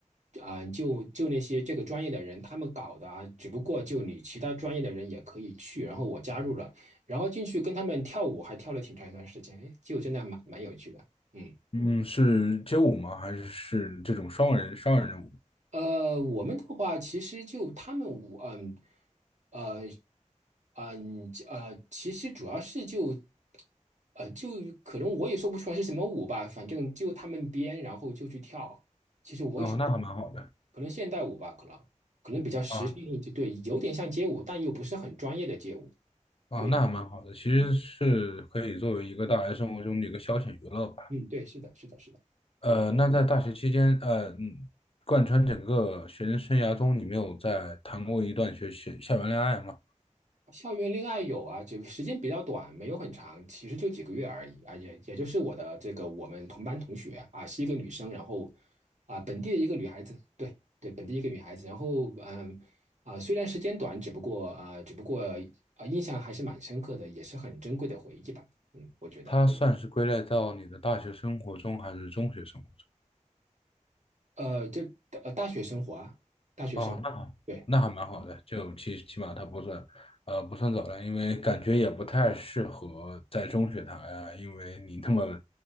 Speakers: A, on the right; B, on the left.
A: 啊、就就那些这个专业的人他们搞的啊，只不过就你其他专业的人也可以去，然后我加入了，然后进去跟他们跳舞，还跳了挺长一段时间，哎，就真的蛮蛮有趣的，嗯。
B: 嗯，是街舞吗？还是是这种双人双人的舞？
A: 呃，我们的话，其实就他们舞，嗯，呃，嗯，呃，其实主要是就，呃，就可能我也说不出来是什么舞吧，反正就他们编，然后就去跳。其实我也说不，
B: 哦，那还蛮好的。
A: 可能现代舞吧，可能可能比较时尚一点，
B: 啊
A: 对，有点像街舞，但又不是很专业的街舞。
B: 啊，
A: 对，
B: 那还蛮好的，其实是可以作为一个大学生活中的一个消遣娱乐吧。
A: 嗯嗯，对，是的，是的，是的，
B: 呃，
A: 对。
B: 那在大学期间，呃，嗯，贯穿整个学生生涯中，你没有在谈过一段学学校园恋爱吗？
A: 校园恋爱有啊，只时间比较短，没有很长，其实就几个月而已啊，也也就是我的这个我们同班同学啊，是一个女生，然后啊本地的一个女孩子，对对，本地一个女孩子，然后嗯啊虽然时间短，只不过啊只不过啊印象还是蛮深刻的，也是很珍贵的回忆吧，嗯，我觉得
B: 它算是归类到你的大学生活中还是中学生活中？
A: 呃就呃大学生活啊，大学生活，
B: 哦，那好，
A: 对，
B: 那还蛮好的，
A: 嗯
B: 就起起码它不算，呃，不算早恋，因为感觉也不太适合在中学谈呀，因为你那么